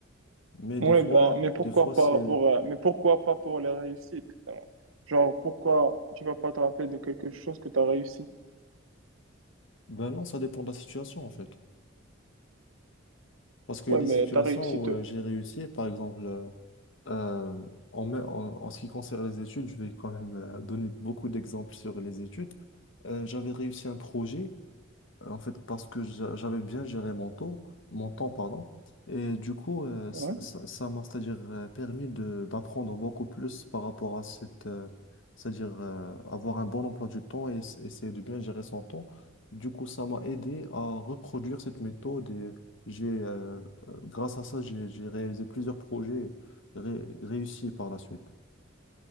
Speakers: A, on the left; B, on the right.
A: Mais des
B: oui
A: fois,
B: ben, mais pourquoi
A: des fois c'est,
B: pas pour, euh, mais pourquoi pas pour les réussites? euh, Genre, pourquoi tu vas pas te rappeler de quelque chose que tu as réussi?
A: ben non, ça dépend de la situation en fait. Parce qu'il
B: Ouais,
A: y a des
B: mais
A: situations
B: t'as réussi.
A: où
B: te-
A: euh, j'ai réussi, par exemple, euh, euh, en, me- en- en ce qui concerne les études, je vais quand même euh, donner beaucoup d'exemples sur les études. Euh, j'avais réussi un projet en fait, parce que j'a- j'avais bien géré mon temps, mon temps, pardon. Et du coup, euh,
B: Ouais.
A: ça, ça- ça m'a, c'est-à-dire, euh, permis de, d'apprendre beaucoup plus par rapport à cette, euh, c'est-à-dire, euh, avoir un bon emploi du temps et s- essayer de bien gérer son temps. Du coup, ça m'a aidé à reproduire cette méthode et j'ai, euh, euh, grâce à ça, j'ai, j'ai réalisé plusieurs projets ré- réussis par la suite.